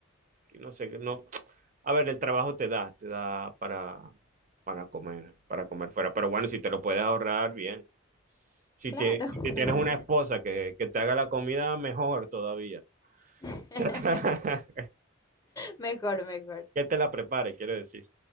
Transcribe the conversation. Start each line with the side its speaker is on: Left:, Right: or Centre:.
Right: aquí no sé, no. A ver, el trabajo te da, te da para, para comer, para comer fuera. Pero bueno, si te lo puedes ahorrar, bien. Si,
Left: claro.
Right: tie-
Left: <laughs>
Right: si tienes una esposa que, que te haga la comida, mejor todavía.
Left: <laughs>
Right: <laughs>
Left: Mejor, mejor.
Right: Que te la prepare, quiero decir.